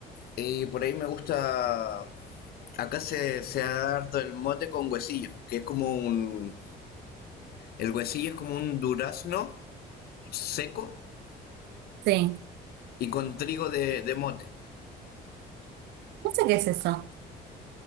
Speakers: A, on the left (about 65°); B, on the right (about 80°).
A: eh, por ahí me gusta... Acá se, se da harto el mote con huesillo, que es como un... El huesillo es como un durazno seco
B: Sí.
A: y con trigo de, de mote.
B: No sé qué es eso.